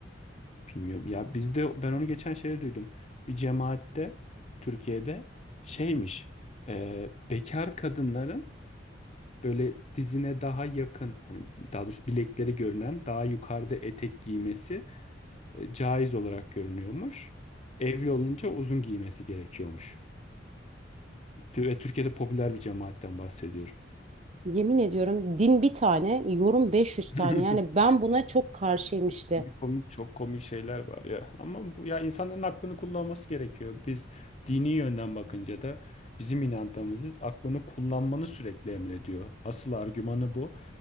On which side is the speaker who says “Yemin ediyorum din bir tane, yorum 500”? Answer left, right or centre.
Right